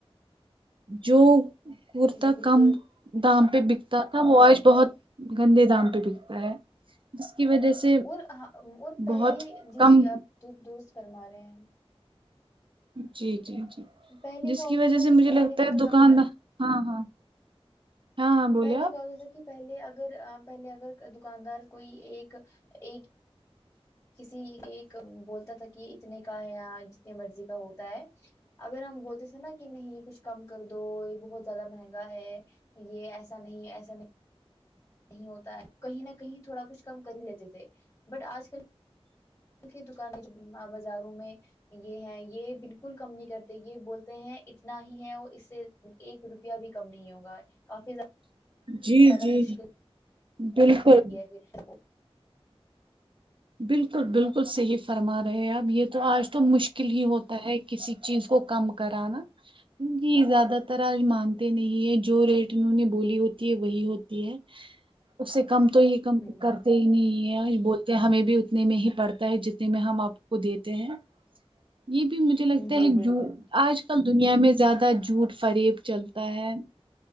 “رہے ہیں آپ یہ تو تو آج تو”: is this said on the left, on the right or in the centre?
Right